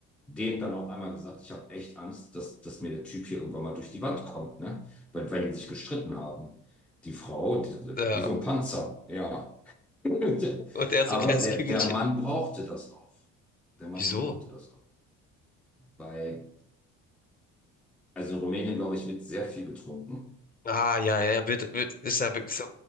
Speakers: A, in the centre; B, on the left.
A: dem dann auch einmal gesagt, ich habe echt Angst, dass, dass mir der Typ hier irgendwann mal durch die Wand kommt, ne? Weil, weil die sich gestritten haben. Die Frau, die,
B: Ja.
A: wie so ein Panzer, ja. <laughs>
B: Und er
A: Aber
B: so ein kleines
A: der,
B: Kügelchen.
A: der Mann brauchte das auch. Der Mann
B: Wieso?
A: brauchte das auch. Bei, also in Rumänien, glaube ich, wird sehr viel getrunken.
B: Ah, ja, ja, ja, wird, wird, ist ja wirklich so.